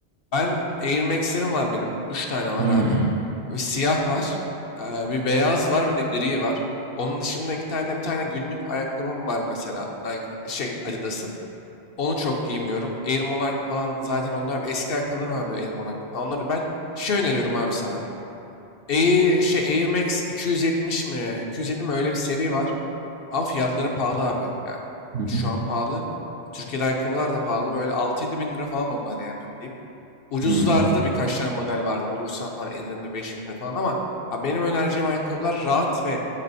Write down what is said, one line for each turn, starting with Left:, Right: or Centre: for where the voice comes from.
Left: Ben Air Max'lerim var benim. üç tane var
Right: Hı hı.
Left: abi. Bir siyah var. e, bir beyaz var bir de gri var. Onun dışında iki tane bir tane günlük ayakkabım var mesela Nike şey Adidas'ın. Onu çok giymiyorum. Air Monarch falan zaten onlar eski ayakkabılarım var böyle Air Monarch falan. Onları ben şey öneriyorum abi sana. Air, şey Air Max 270 mi? 207 mi? Öyle bir seri var. Ama fiyatları pahalı abi. Yani
Right: Hı
Left: şu an pahalı. Türkiye'de ayakkabılar da pahalı. Böyle 6-7 bin lira falan onlar yani öyle diyeyim. Ucuzlarda
Right: hı. Hı.
Left: da birkaç tane model vardı. Bulursan falan indirimde 5 bine falan ama ha, benim önereceğim ayakkabılar rahat ve